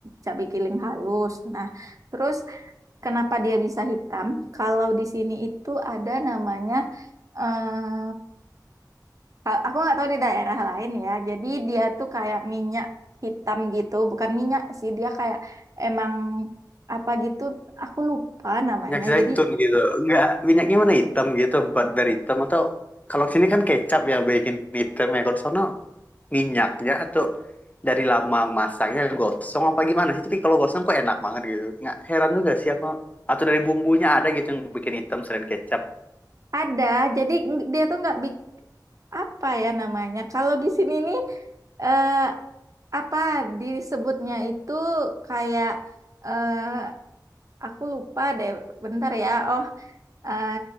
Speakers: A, on the right (about 50°); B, on the left (about 20°).
A: cabe giling halus. Nah, terus Kenapa dia bisa hitam? Kalau di sini itu ada namanya, eh, aku nggak tahu di daerah lain ya. Jadi dia tuh kayak minyak hitam gitu, bukan minyak sih, dia kayak emang apa gitu. Aku lupa namanya.
B: minyak zaitun
A: Jadi
B: gitu enggak minyaknya mana hitam gitu buat dari hitam atau kalau sini kan kecap ya bikin hitam ya kalau di sana minyaknya atau dari lama masaknya gosong apa gimana sih tapi kalau gosong kok enak banget gitu nggak heran juga sih aku atau dari bumbunya ada gitu yang bikin hitam selain kecap
A: ada, jadi ng- dia tuh nggak bik apa ya namanya. Kalau di sini nih eh, apa disebutnya itu kayak eh, aku lupa deh. Bentar ya. Oh. eh